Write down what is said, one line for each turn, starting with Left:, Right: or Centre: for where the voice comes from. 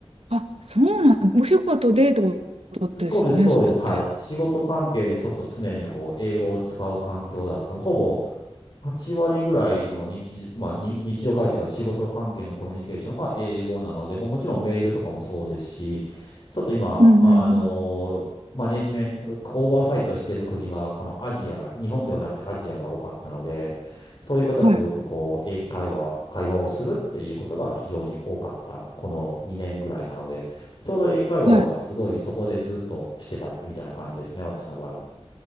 Right: あ、そうなんお仕事でってことですよね、
Left: そうです、そうです。
Right: それって。
Left: はい。仕事関係でちょっと常にこう、英語を使う環境だった。ほぼ8割ぐらいの日、まあ、に日常会話というか仕事関係のコミュニケーションが英語なので、もうもちろんメールとかもそうですし、ちょっと今、
Right: うんうんうん。
Left: あのーマネジメント、オーバーサイトしてる国が、このアジア、日本ではなくてアジアが多かったので、そういう方とよくこう、
Right: はい。
Left: 英会話、会話をするっていうことが非常に多かった、この2年ぐらいなので、ちょうど英会話はすごいそこでずっとしてたってみたいな感じですね、
Right: はい。
Left: 私の場合は。